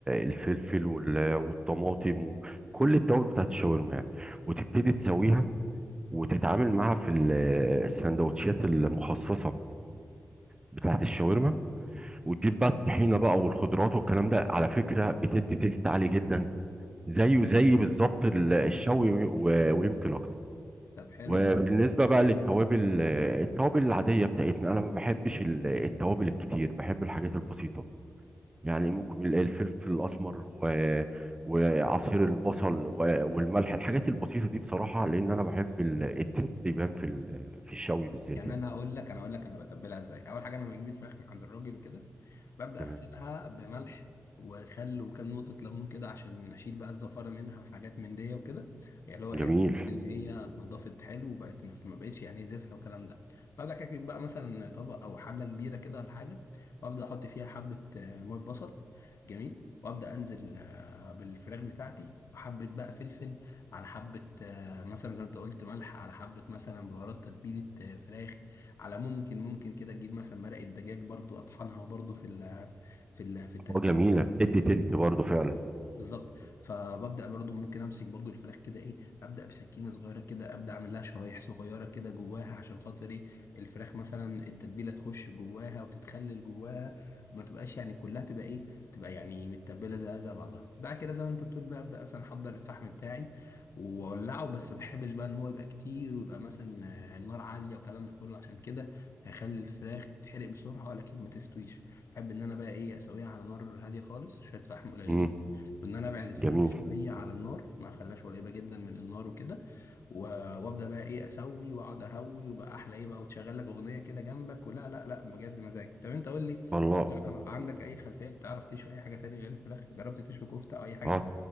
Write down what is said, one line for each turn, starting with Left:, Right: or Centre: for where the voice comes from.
Right: الفلفل وال- والطماطم وكل التوابل بتاعت الشاورما يعني وتبتدي تسويها وتتعامل معاها في ال- السندوتشات المخصصة بتاعت الشاورما وتجيب بقى الطحينه بقى والخضروات والكلام ده على فكره بتدي تيست عالي جدا زيه زي بالظبط ال- الشوي و- ويمكن اكتر
Left: طب حلو
Right: وبالنسبه بقى للتوابل آه، التوابل العاديه بتاعتنا انا ما بحبش ال- التوابل الكتير بحب الحاجات البسيطه يعني ممكن ال- الفلفل الاسمر و وعصير البصل و- والملح الحاجات البسيطه دي بصراحه لان انا بحب ال- التيست يبان في ال- في الشوي بالذات
Left: يعني
Right: يعني
Left: انا اقول لك انا اقول لك انا بتبلها ازاي اول حاجه انا لما بجيب الفراخ من عند الراجل وكده ببدا
Right: تمام
Left: اغسلها بملح وخل وكام نقطه ليمون كده عشان اشيل بقى الزفاره منها وحاجات من دي وكده يعني اللي هو
Right: جميل
Left: ايه أتأكد ان هي اتنضفت حلو وبقت ما ما بقتش يعني زفره والكلام ده ببدا كده اجيب بقى مثلا طبق او حله كبيره كده ولا حاجه وابدا احط فيها حبه آه، ميه بصل جميل وابدا انزل آه، بالفراخ بتاعتي وحبه بقى فلفل على حبه آه، مثلا زي ما انت قلت ملح على حبة مثلا بهارات تتبيلة آه، فراخ على ممكن ممكن كده تجيب مثلا مرقة دجاج برضو اطحنها برضو في ال في ال في التتبيل
Right: اه جميله بتدي تيست برضه فعلا
Left: بالظبط فببدا برضو ممكن امسك برضو الفراخ كده ايه ابدا بسكينه صغيره كده ابدا اعمل لها شرايح صغيره كده جواها عشان خاطر ايه الفراخ مثلا التتبيله تخش جواها وتتخلل جواها ما تبقاش يعني كلها تبقى ايه تبقى يعني متبله زي زي بعضها بعد كده زي ما انت بتقول بقى ابدا مثلا احضر الفحم بتاعي واولعه بس ما بحبش بقى ان هو يبقى كتير ويبقى مثلا آه، النار عاليه والكلام ده كله عشان كده هيخلي الفراخ تتحرق بسرعه ولكن ما تستويش احب ان انا بقى ايه اسويها على نار هاديه خالص شويه فحم قليلين
Right: امم
Left: ان انا ابعد الفراخ
Right: جميل
Left: شويه على النار ما اخليهاش قريبه جدا من النار وكده و- وابدا بقى ايه اسوي واقعد اهوي وبقى احلى ايه بقى وتشغل لك اغنيه كده جنبك ولا لا لا بجد مزاج طب انت قول لي
Right: والله
Left: عندك اي خلفيه بتعرف تشوي اي حاجه تاني غير الفراخ جربت تشوي كفته او اي حاجه
Right: اه